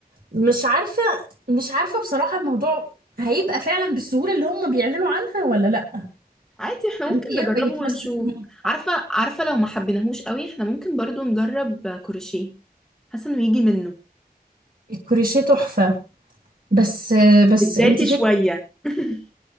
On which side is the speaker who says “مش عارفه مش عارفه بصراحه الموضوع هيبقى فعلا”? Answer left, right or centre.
Right